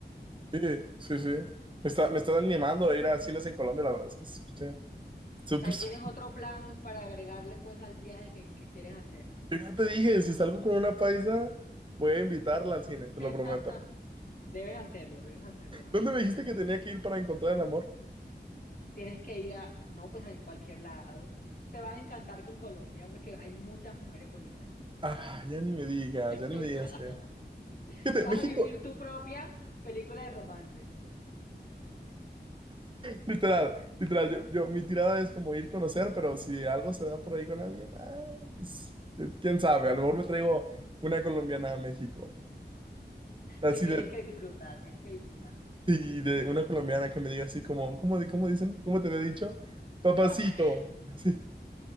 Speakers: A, on the right (about 25°); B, on the left (about 55°).
A: Sí, sí, sí. Me está, me está animando a ir a cines en Colombia, la verdad es que se escucha
B: O
A: súper,
B: sea, Ahí
A: súper.
B: tienes otro plan para agregarle pues al viaje que, que quieres hacer.
A: Yo Ya te dije, si salgo con una paisa, voy a invitarla al cine, te
B: <laughs>
A: lo prometo.
B: Debes hacerlo, debes hacerlo, de verdad
A: ¿Dónde me dijiste
B: que sí.
A: que tenía que ir para encontrar el amor?
B: Tienes que ir a, no, pues en cualquier lado. Te vas a encantar con Colombia porque hay muchas mujeres bonitas.
A: Ah, ya ni me digas,
B: <laughs>
A: ya ni me digas que. <laughs> Fíjate,
B: Vas
A: México,
B: a vivir tu propia película de romance.
A: literal, literal, yo, yo, mi tirada es como ir a conocer, pero si algo se da por ahí con alguien, ah, pues, qui- quién sabe, a lo mejor me traigo una colombiana a México. Así
B: Si tienes
A: de,
B: que disfrutar, tienes que disfrutar
A: sí, de
B: muchos
A: una colombiana
B: planes.
A: que me diga así como, ¿cómo, di- cómo dicen? ¿Cómo te había dicho? Papacito,
B: <laughs>
A: así,